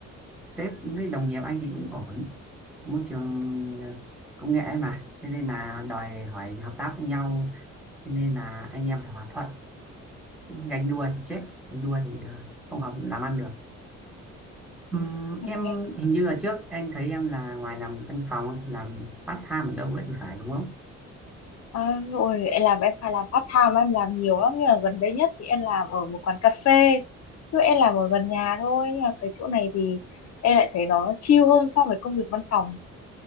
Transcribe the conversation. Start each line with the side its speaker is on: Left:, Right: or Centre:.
Centre: sếp với đồng nghiệp anh thì cũng ổn môi trường ờ, công nghệ ấy mà thế nên là đòi hỏi hợp tác với nhau thế nên là anh em phải hòa thuận ganh đua thì chết ganh đua thì ờ, không hợp làm ăn được Ừm,
Left: À?
Centre: em hình như là trước anh thấy em là ngoài làm văn phòng làm part time ở đâu ấy thì phải đúng không
Left: À, ôi, em làm em phải làm part time em làm nhiều lắm nhưng mà gần đây nhất thì em làm ở một quán cà phê chứ em làm ở gần nhà thôi nhưng mà cái chỗ này thì em lại thấy nó chill hơn so với công việc văn phòng